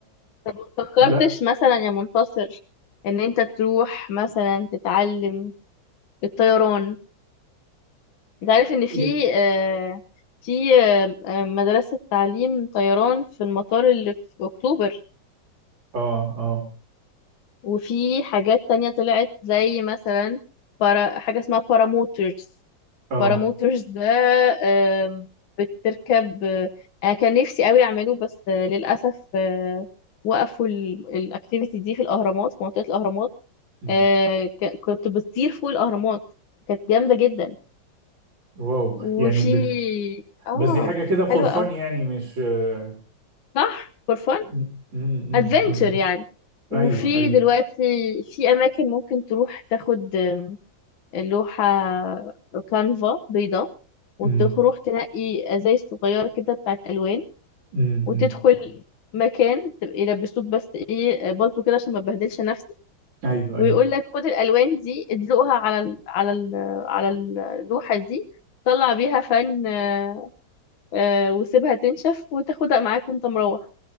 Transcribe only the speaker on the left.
طب ما فكرتش
مثلا يا منتصر ان انت تروح مثلا تتعلم الطيران انت عارف ان في
آه، في آه، آه، مدرسة تعليم طيران في المطار اللي في اكتوبر
وفي حاجات تانية طلعت زي مثلا برا حاجة اسمها باراموترز
باراموترز ده آم، بتركب آه، انا كان نفسي قوي اعمله بس آه، للاسف آه، وقفوا الاكتيفيتي دي في الاهرامات في منطقة الاهرامات
آه ك- كنت بتطير فوق الأهرامات كانت جامدة جدا
وفي
اه
حلوة
أوي
صح فور فن
ادفنتشر
يعني وفي
دلوقتي في أماكن ممكن تروح تاخد آم، لوحة كانفا بيضاء وتروح
تنقي ازاي صغيرة كده بتاعت ألوان
وتدخل
مكان تبقى يلبسوك بس ايه بالطو كده عشان ما تبهدلش نفسك
ويقول
لك خد الالوان دي ادلقها على ال على ال على اللوحه دي طلع بيها فن آه، آه، وسيبها تنشف وتاخدها معاك وانت مروح